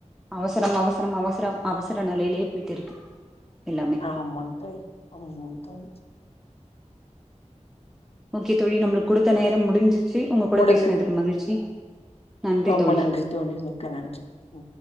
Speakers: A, in the centre; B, on the left.
A: அவசரம் அவசரம் அவசரம் அவசர நெலையிலேயே போயிட்டு இருக்கு எல்லாமே
B: ஆமா தோழி ஆமா தோழி
A: ஓகே தோழி நம்மளுக்கு குடுத்த நேரம் முடிஞ்சிச்சு உங்க கூட
B: முடிஞ்சது
A: பேசினதுக்கு மகிழ்ச்சி நன்றி
B: ரொம்ப
A: தோழி.
B: நன்றி தோழி மிக்க நன்றி ம்